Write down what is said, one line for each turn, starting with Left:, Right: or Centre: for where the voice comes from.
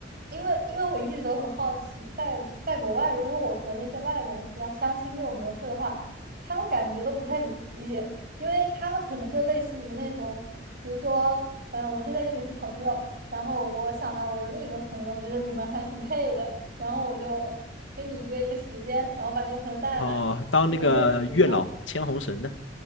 Right: 因为因为我一直都很好奇，在在国外，如果我和那些外国人提到相亲这种模式的话，他们感觉都不太理解，因为他们可能就类似于那种，比如说，嗯，我现在跟你是朋友，然后我想到我有另一个朋友，我觉得你们还挺配的，然后我就跟你约一个时间，然后把那个朋友带来，
Left: 哦、当那个月老牵红绳的。
Right: 然后你们认识一下。